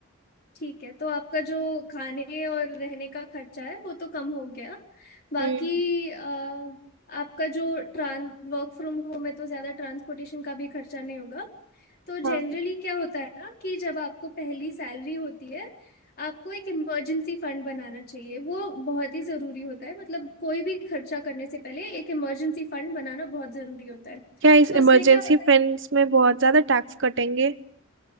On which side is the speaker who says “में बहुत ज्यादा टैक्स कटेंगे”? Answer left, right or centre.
Right